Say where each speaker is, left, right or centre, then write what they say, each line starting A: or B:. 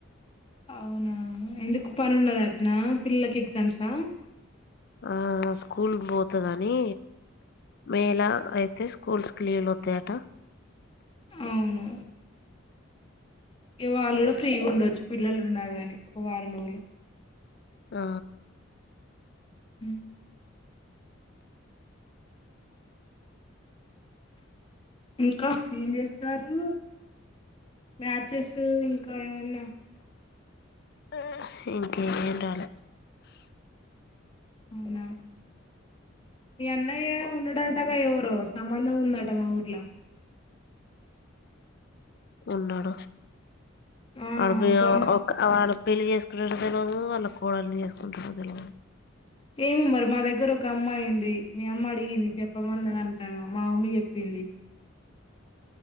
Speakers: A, on the left; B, on the left.
A: అవునా ఎందుకు పని ఉన్నదటన్న పిల్లలకి ఎగ్జామ్సా
B: ఆ స్కూల్ పోతది అని మేల అయితే స్కూల్స్ లీవులు వస్తాయట
A: అవును ఇ వాళ్ళు కూడా ఫ్రీగా ఉండవచ్చు పిల్లలు ఉండగాని ఒక వారం రోజులు
B: ఆ
A: మ్ ఇంకా ఏం చేస్తున్నార్రూ మ్యాచెస్ ఇంకా ఏమన్నా
B: మ్ ఇంకేంరాల
A: అవునా మీ అన్నయ్య ఉండటంగా ఎవరో సంబంధం ఉన్నాడు మా ఊర్లా
B: ఉన్నాడు
A: ఆ
B: వాడు మీ
A: అమ్
B: ఒక వాడు పెళ్లి చేసుకున్నటు తెలియదు వాళ్ళ కోడల్నిని చేసుకుంటడో తెలియదు
A: ఏమో మరి మా దగ్గర ఒక అమ్మయి ఉంది మీ అమ్మ అడిగింది చెప్పమన్నరంట మా మమ్మీ చెప్పింది అది